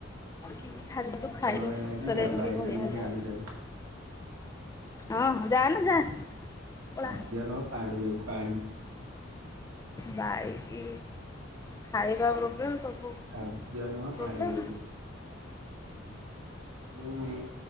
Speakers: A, on the left; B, on the right.
A: କି ଖାଦ୍ୟ ତୁ ଖାଇଣୁ
B: ନୂଆ ଗାଁ ଯାଇକି
A: <inaudible>
B: ଗା ବାଇକ
A: ବଢିଆ
B: ଟା ନେଇକି
A: ହେଲା।
B: ଗାଁକୁ ଯିବା ଭାରି।
A: ଅ ହଁ ଯାଲ ଯା। ପଳା
B: ଖାଧ୍ୟନ ପାଣି ଯଉୁ ପାଣି।
A: ବାଇକି ଖାଇବା ପ୍ରୋବ୍ଲେମ୍ ସବୁ।
B: ଖାଦ୍ୟ ନୁହଁ ପାଣି
A: ପ୍ରୋବ୍ଲେମ୍
B: ଯଗୁ ହୁଁ ହୁଁ।